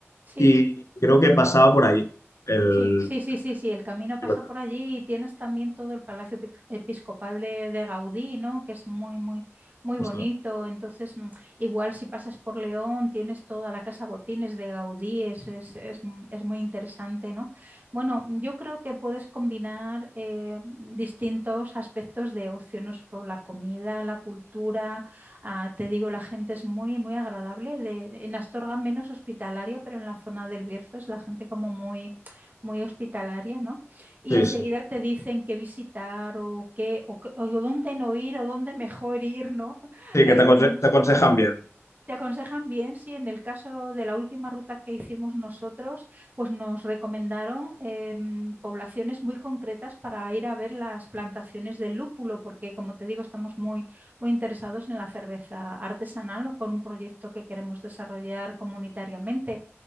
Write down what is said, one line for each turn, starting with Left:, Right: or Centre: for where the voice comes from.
Right: sí.
Left: y creo que pasaba por ahí. El,
Right: Sí, sí, sí, sí, sí, el camino
Left: sí,
Right: pasa
Left: ¿verdad?
Right: por allí y tienes también todo el Palacio Epi- Episcopal de, de Gaudí, ¿no? Que es muy, muy, muy bonito.
Left: Ostras.
Right: Entonces, mm, igual si pasas por León, tienes toda la Casa Botines de Gaudí, es, es, es m- es muy interesante, ¿no? Bueno, yo creo que puedes combinar eh, distintos aspectos de ocio, no solo la comida, la cultura, ah, te digo, la gente es muy, muy agradable. De, en Astorga menos hospitalaria, pero en la zona del Bierzo es la gente como muy muy hospitalaria, ¿no? Y
Left: Sí,
Right: enseguida
Left: sí.
Right: te dicen qué visitar o qué, o, qué- o dónde no ir o dónde mejor ir, ¿no? <laughs>
Left: Sí,
Right: Eh,
Left: que te,
Right: como
Left: aconse-
Right: nos
Left: te aconsejan bien.
Right: te aconsejan bien, sí, en el caso de la última ruta que hicimos nosotros, pues nos recomendaron em, poblaciones muy concretas para ir a ver las plantaciones del lúpulo, porque como te digo, estamos muy, muy interesados en la cerveza artesanal o con un proyecto que queremos desarrollar comunitariamente.